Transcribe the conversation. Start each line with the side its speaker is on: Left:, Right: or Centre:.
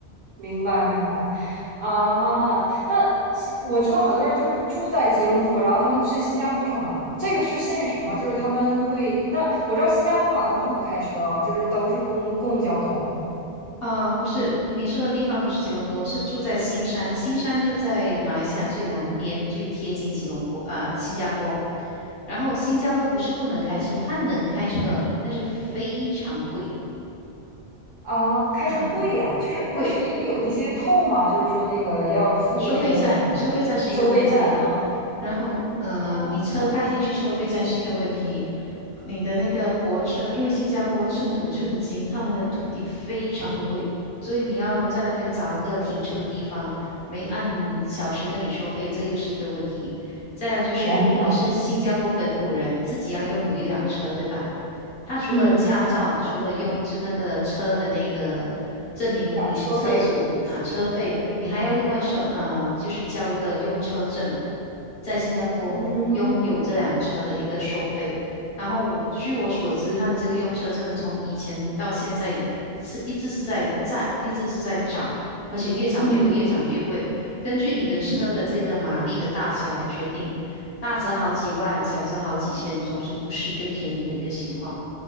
Right: 明白明白，啊，那其我知道很多人就是住在吉隆坡，然后他们去新加坡上班，这个是现实吗？就是他们会，那我知道新加坡好像不能开车啊，就是都是公共交通
Left: 啊，不是，你说的地方不是吉隆坡，是住在新山。新山就在马来西亚最南边，最贴近吉隆坡，呃，新加坡。然后新加坡不是不能开车，它能开车，但是非常贵
Right: 啊，开车贵呀，
Left: 啊，
Right: 就是那是因为有那些透嘛，
Left: 贵。
Right: 就是说那个要付那个什么
Left: 收费站，收费站是一个问题。
Right: 收费站啊，
Left: 然后，呃，
Right: 哦，
Left: 你车开进去收费站是一个问题。你的那个泊车，因为新加坡寸土寸金，他们的土地非常的贵，所以你要在那边找一个停车的地方，
Right: 嗯
Left: 没按小时跟你收费，这又是一个问题。再来就是，
Right: 天呐，
Left: 如果你是新加坡本土人，自己要拥有一辆车，对吧？他除了驾照，
Right: 嗯，
Left: 除了用，就是那个车的那个证明你是车主啊，
Right: 养车费是不是？
Left: 车费。你还要另外收，呃，就是交一个用车证，在新加坡拥有这辆车的一个收费。
Right: 嗯
Left: 然后据我所知，它的这个用车证从以前到现在一次一直是在涨，一直是在涨，而且越涨越贵，
Right: 嗯。
Left: 越涨越贵。根据你的车的这个马力的大小来决定，大则好几万，小则好几千，总之不是一个便宜的一个情况。